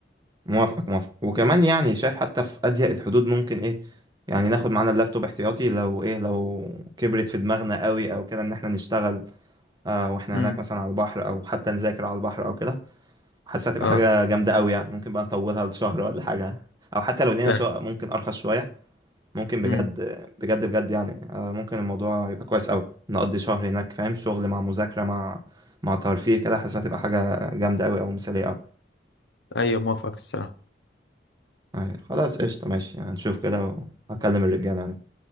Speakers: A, on the right; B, on the left.
A: موافقك موافق وكمان يعني شايف حتى في أضيق الحدود ممكن ايه يعني ناخد معانا اللابتوب احتياطي لو ايه لو كبرت في دماغنا قوي او كده ان احنا نشتغل آه واحنا
B: امم
A: هناك مثلا على البحر او حتى نذاكر على البحر او كده حاسس هتبقى
B: اه
A: حاجة جامدة قوي يعني ممكن بقى نطولها لشهر ولا حاجة أو حتى لو لقينا
B: فعلا.
A: شقق ممكن أرخص شوية ممكن بجد
B: امم
A: بجد بجد يعني آه، ممكن الموضوع يبقى كويس قوي نقضي شهر هناك فاهم شغل مع مذاكرة مع مع ترفيه كده حاسس هتبقى حاجة جامدة قوي أو مثالية قوي
B: أيوة موافق الصراحة
A: آه، خلاص قشطة ماشي هنشوف كده وهكلم الرجالة يعني.